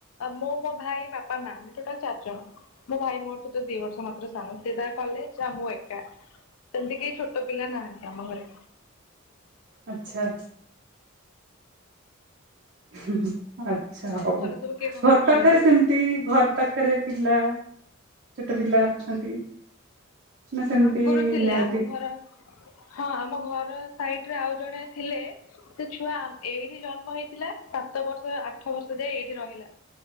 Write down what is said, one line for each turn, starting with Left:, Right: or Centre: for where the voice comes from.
Left: ମୁଁ ମୋ ଭାଇ ବାପା ମା ଆମେ ଟୋଟାଲ ଚାରି ଜଣ ମୋ ଭାଇ ମୋ ଠୁ ତ ଦି ବର୍ଷ ମାତ୍ର ସାନ ସେ ତା କଲେଜ ଆଉ ମୁଁ ଏକା। ସେମିତି କେହି ଛୋଟ ପିଲା ନାହାନ୍ତି ଆମ ଘରେ
Right: ଆଛା। ହ ଆଛା
Left: ଆଉ
Right: ହଉ
Left: ଘରେ ସବୁ କିଏ କଣ
Right: ଘର
Left: କରୁଛନ୍ତି?
Right: ପାଖରେ ସେମତି ଘର ପାଖରେ ପିଲା ଛୋଟ ପିଲା ଅଛନ୍ତି? ନା ସେମିତି
Left: ଆଗରୁ ଥିଲେ
Right: ନାହାନ୍ତି
Left: ଆମ ଘର ହଁ ଆମ ଘର ସାଇଟ ରେ ଆଉ ଜଣେ ଥିଲେ ସେ ଛୁଆ ଏଇଠି ଜନ୍ମ ହେଇଥିଲା ସାତ ବର୍ଷ ଆଠ ବର୍ଷ ଦେ ଏଇଠି ରହିଲା।